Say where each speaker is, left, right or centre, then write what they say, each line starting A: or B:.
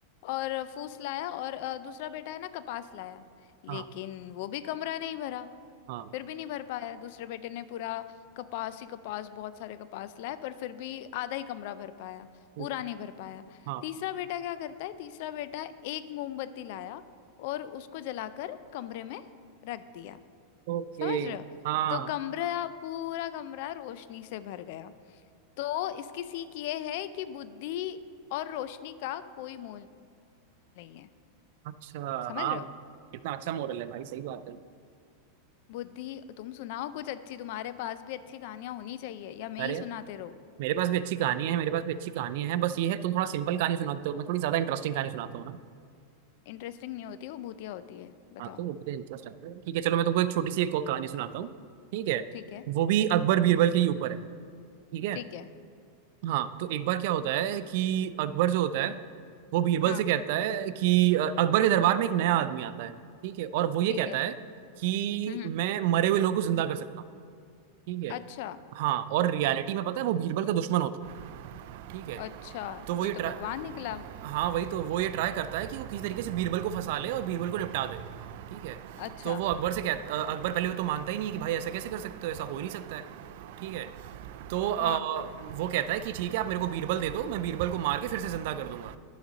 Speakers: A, on the left; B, on the right.
A: और फूस लाया और अ, दूसरा बेटा है ना कपास लाया लेकिन
B: हाँ
A: वो भी कमरा नहीं भरा
B: हाँ
A: फिर भी नहीं भर पाया दूसरे बेटे ने पूरा कपास ही कपास बहुत सारे कपास लाए पर फिर भी आधा ही कमरा भर पाया पूरा
B: ओके
A: नहीं भर पाया
B: हाँ
A: तीसरा बेटा क्या करता है तीसरा बेटा एक मोमबत्ती लाया और उसको जलाकर कमरे में रख दिया
B: ओके
A: समझ रहे हो
B: हाँ
A: तो कमरा पूरा कमरा रोशनी से भर गया तो इसकी सीख ये है कि बुद्धि और रोशनी का कोई मोल नहीं है
B: अच्छा
A: समझ
B: हाँ
A: रहे हो
B: कितना अच्छा मॉडल है भाई सही बात है
A: बुद्धि तुम सुनाओ कुछ अच्छी तुम्हारे पास भी अच्छी कहानियां होनी चाहिए या मैं
B: अरे
A: ही सुनाते रहूं
B: मेरे पास भी अच्छी कहानी है मेरे पास भी अच्छी कहानी है बस ये है तुम थोड़ा सिंपल कहानी सुनाते हो मैं थोड़ी ज्यादा इंटरेस्टिंग कहानी सुनाता हूँ ना
A: इंटरेस्टिंग नहीं होती वो भूतिया होती है बताओ
B: हाँ तो वो मुझे इंटरेस्ट आता है ठीक है चलो मैं तुमको एक छोटी सी एक और कहानी सुनाता हूँ ठीक है
A: ठीक है
B: वो भी अकबर बीरबल के ही ऊपर है ठीक है
A: ठीक है
B: हाँ तो एक बार क्या होता है कि अकबर जो होता है वो बीरबल
A: हाँ
B: से कहता है कि अ, अकबर के दरबार में एक नया आदमी आता है ठीक है और वो ये
A: ठीक
B: कहता
A: है
B: है कि
A: हम्म हम्म,
B: मैं मरे हुए लोगों को जिंदा कर सकता हूँ ठीक है
A: अच्छा
B: हाँ और रियलिटी में पता है वो बीरबल का दुश्मन होता है ठीक है
A: अच्छा
B: तो वो
A: ये
B: ये
A: तो
B: ट्रा-
A: भगवान निकला
B: हाँ वही तो वो ये ट्राई करता है कि वो किसी तरीके से बीरबल को फंसा ले और बीरबल को निपटा दे ठीक है
A: अच्छा
B: तो वो अकबर से कहता अ, अकबर पहले वो तो मानता ही नहीं है कि भाई ऐसा कैसे कर सकते हो ऐसा हो ही नहीं सकता है ठीक है तो अ,
A: हाँ
B: वो कहता है कि ठीक है आप मेरे को बीरबल दे दो मैं बीरबल को मार के फिर से ज़िंदा कर दूंगा